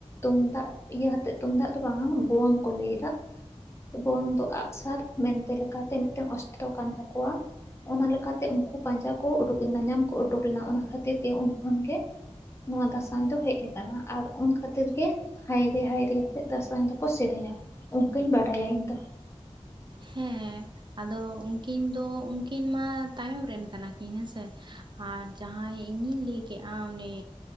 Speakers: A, on the left (about 25°); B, on the right (about 45°).
A: ᱛᱩᱢᱫᱟᱜ ᱤᱭᱟᱹ ᱦᱟᱛᱮᱫ ᱛᱩᱢᱫᱟᱜ ᱫᱚ ᱵᱟᱝᱟ ᱵᱷᱚᱱ ᱠᱚ ᱞᱟᱹᱭ ᱫᱟ ᱵᱷᱩᱝ ᱫᱚ ᱟᱜᱼᱥᱟᱨ ᱢᱮᱱᱛᱮ ᱞᱮᱠᱟᱛᱮ ᱢᱤᱫᱴᱮᱱ ᱚᱥᱴᱚ ᱠᱟᱱ ᱛᱟᱠᱚᱣᱟ᱾ ᱚᱱᱟ ᱞᱮᱠᱟᱛᱮ ᱛᱮ ᱩᱱᱠᱩ ᱯᱟᱸᱡᱟ ᱠᱚ ᱩᱰᱩᱠ ᱞᱮᱱᱟ ᱧᱟᱢ ᱠᱚ ᱩᱰᱩᱠ ᱞᱮᱱᱟ ᱚᱱᱟ ᱠᱷᱟᱹᱛᱤᱨ ᱜᱮ ᱩᱱ ᱠᱷᱚᱱ ᱜᱮ ᱱᱚᱣᱟ ᱫᱟᱥᱟᱸᱭ ᱫᱚ ᱦᱮᱡ ᱟᱠᱟᱱᱟ ᱟᱨ ᱩᱱ ᱠᱷᱟᱹᱛᱤᱨ ᱜᱮ ᱦᱟᱭᱨᱮ ᱦᱟᱭᱨᱮ ᱟᱛᱮᱜ ᱫᱟᱸᱥᱟᱭ ᱫᱚᱠᱚ ᱥᱮᱨᱮᱧᱟ ᱚᱱᱠᱟᱧ ᱵᱟᱰᱟᱭᱟ ᱤᱧ ᱫᱚ᱾
B: ᱦᱮᱸ ᱟᱫᱚ ᱩᱱᱠᱤᱱ ᱫᱚ ᱩᱱᱠᱤᱱ ᱢᱟ ᱛᱟᱭᱚᱢ ᱨᱮᱱ ᱠᱟᱱᱟ ᱠᱤᱱ ᱦᱮᱸᱥᱮ ᱟᱨ ᱡᱟᱦᱟᱸᱭ ᱤᱧᱤᱧ ᱞᱟᱹᱭ ᱠᱮᱜᱟ ᱚᱱᱮ